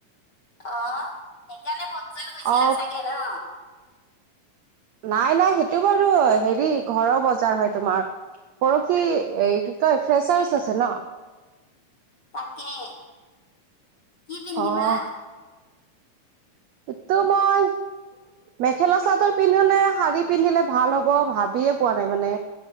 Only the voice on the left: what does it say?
অ সেইকাৰণে বজাৰ গৈছিলা
চাগে ন।
তাকে কি পিন্ধিবা?